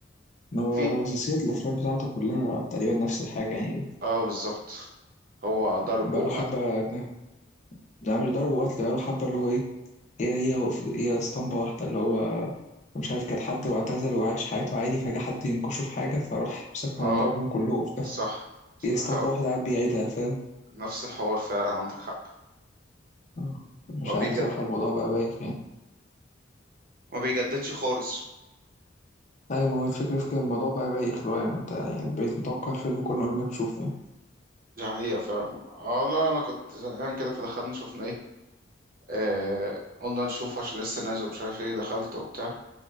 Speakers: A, on the left; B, on the right.
A: ما هو
B: في
A: هو سلسلة الأفلام بتاعته كلها تقريبا نفس الحاجة يعني
B: اه بالظبط هو ضرب
A: بقاله
B: وقتل
A: حبة كده- ده مش ضرب وقتل بقاله حبة اللي هو إيه هي هي هي اسطمبة واحدة اللي هو مش عارف كان حد واعتزل وعايش حياته عادي فجأة حد ينكشه في حاجة فراح مسكهم
B: اه
A: ضربهم كلهم <laughs> فاهم
B: صح
A: هي اسطمبة
B: هو
A: واحدة قاعد بيعيدها فاهم
B: نفس الحوار فعلا عندك حق
A: آه. مش
B: ما بيجد
A: عارف صراحة الموضوع بقى بايخ يعني
B: ما بيجددش خالص
A: ايوه ما هو الفكرة في كده الموضوع بقى بايخ اللي هو ما انت يعني بقيت متوقع الفيلم كله قبل ما تشوفه
B: دي حقيقة فعلا اه لا انا كنت زهقان كده فدخلنا شفنا ايه آه قلنا نشوف عشان لسه نازل مش عارف ايه دخلت وبتاع